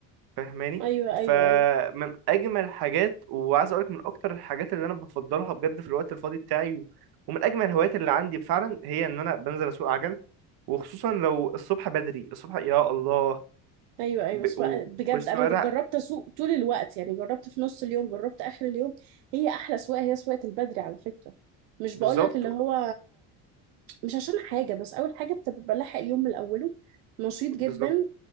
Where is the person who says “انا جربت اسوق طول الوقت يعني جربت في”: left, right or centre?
Right